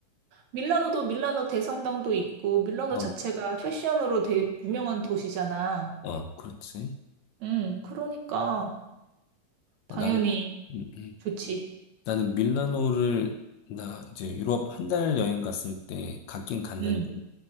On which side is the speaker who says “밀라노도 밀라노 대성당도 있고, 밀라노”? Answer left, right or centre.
Right